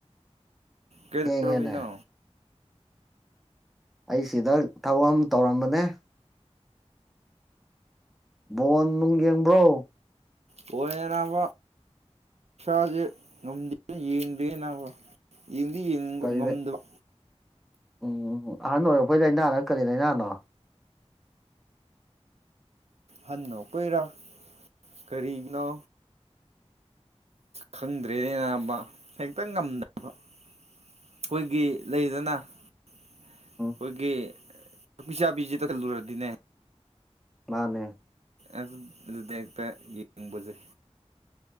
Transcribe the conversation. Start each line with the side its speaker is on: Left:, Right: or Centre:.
Right: ꯀꯦꯗ
Centre: ꯊꯦꯡꯉꯦꯅꯦ
Right: ꯔꯃꯤꯅꯥ
Centre: ꯑꯩ ꯁꯤꯗ ꯊꯕ ꯑꯃ ꯇꯧꯔꯝꯕꯅꯦ ꯕꯣꯟ ꯅꯨꯡ ꯌꯦꯡꯕ꯭ꯔꯣ
Right: ꯑꯣꯏꯔꯔꯕ ꯥꯖꯦ ꯉꯝꯖ ꯌꯦꯟꯗꯦꯅꯥꯕ ꯌꯦꯡꯗꯤ ꯌꯦꯡꯕ
Centre: ꯀꯔꯤꯗ
Right: ꯉꯝꯗꯕ
Centre: ꯎꯝ ꯎ ꯑꯍꯟ ꯑꯣꯏꯔꯛꯄꯩ ꯂꯥꯏꯅꯥꯅ ꯀꯔꯤ ꯂꯥꯏꯅꯥꯅꯣ
Right: ꯍꯟꯅꯣ ꯀꯨꯏꯔꯥ ꯀꯔꯤꯅꯣ ꯈꯪꯗ꯭ꯔꯦꯅꯦꯅꯥꯕ ꯍꯦꯛꯇ ꯉꯝꯗꯅꯕ ꯑꯩꯈꯣꯏꯒꯤ ꯂꯩꯗꯅ ꯑꯩꯈꯣꯏꯒꯤꯄꯤ
Centre: ꯎꯝ
Right: ꯆꯥꯕꯤꯁꯤꯦ ꯇ ꯈꯜꯂꯨꯔꯗꯤꯅꯦ
Centre: ꯃꯥꯅꯦ
Right: ꯑꯗꯨ ꯑꯗꯨꯗ ꯍꯦꯛꯇ ꯌꯦꯡꯕꯁꯦ